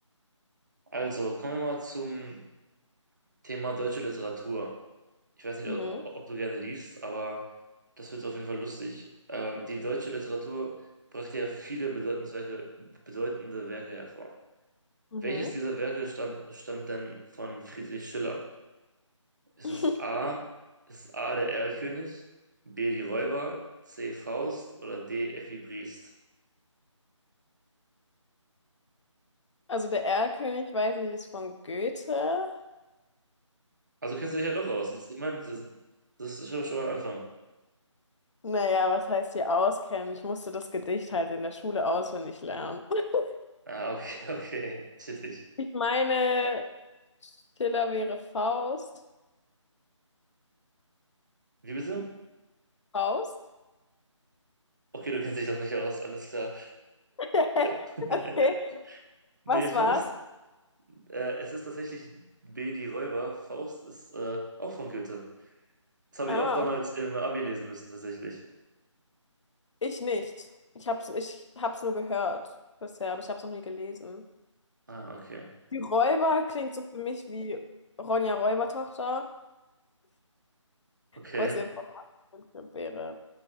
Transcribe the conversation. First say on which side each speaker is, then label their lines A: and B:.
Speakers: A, on the right; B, on the left.
A: Also, kommen wir mal zum Thema deutsche Literatur. Ich weiß nicht,
B: Mhm.
A: ob, ob du gerne liest, aber das wird so auf jeden Fall lustig. Ähm, die deutsche Literatur brachte ja viele Bedeutungswerke, bedeutende Werke hervor.
B: Mhm.
A: Welches dieser Werke stammt, stammt denn von Friedrich Schiller? Ist
B: <laughs>
A: es A, ist A der Erlkönig, B die Räuber, C Faust oder D Effi Briest?
B: Also der Erlkönig, weiß ich, ist von Goethe.
A: Also kennst du dich ja doch aus. Das- Ich meine, das, das ist schon, schon mal ein Anfang.
B: Naja, was heißt hier auskennen? Ich musste das Gedicht halt in der Schule auswendig lernen. <laughs>
A: Ah, okay, <laughs> okay, chillig.
B: Ich meine, Schiller wäre Faust.
A: Wie bitte?
B: Faust?
A: Okay, du kennst dich doch nicht aus, alles klar.
B: <laughs>
A: <laughs>
B: Okay,
A: Nee,
B: was
A: Faust.
B: war's?
A: Äh, es ist tatsächlich B, die Räuber. Faust ist äh, auch von Goethe. Das habe
B: Ah,
A: ich auch damals im Abi lesen müssen, tatsächlich.
B: Ich nicht. Ich hab's, ich hab's nur gehört bisher, aber ich hab's noch nie gelesen.
A: Ah, okay.
B: Die Räuber klingt so für mich wie Ronja Räubertochter,
A: Okay.
B: was ja von Astrid Lindgren wäre.